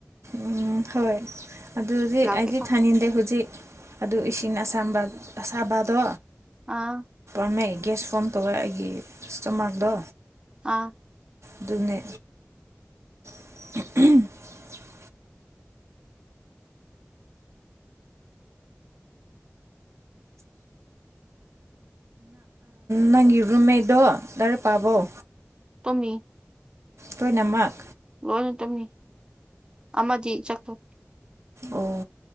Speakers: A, on the right; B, on the right.
A: ꯎ ꯍꯣꯏ ꯑꯗꯨꯗꯤ
B: ꯂꯥꯛꯇꯦꯀꯣ
A: ꯑꯩꯗꯤ ꯊꯥꯅꯤꯡꯗꯦ ꯍꯧꯖꯤꯛ ꯑꯗꯨ ꯏꯁꯤꯡ ꯑꯁꯝꯕ ꯑꯁꯥꯕꯗꯣ
B: ꯑꯥ
A: ꯄꯝꯃꯦ ꯒ꯭ꯌꯥꯁ ꯐꯣꯝ ꯇꯧꯋꯦ ꯑꯩꯒꯤ ꯀꯁꯇꯃꯥꯔꯗꯣ
B: ꯑꯥ
A: ꯑꯗꯨꯅꯦ ꯎ ꯅꯪꯒꯤ ꯔꯨꯝꯃꯦꯗꯣ ꯗꯥꯏꯔ ꯄꯥꯕꯧ
B: ꯇꯃꯤ
A: ꯄꯣꯏꯅꯃꯛ
B: ꯀꯣꯏꯅ ꯇꯝꯃꯤ ꯑꯃꯗꯤ ꯆꯈ꯭ꯔ
A: ꯑꯣ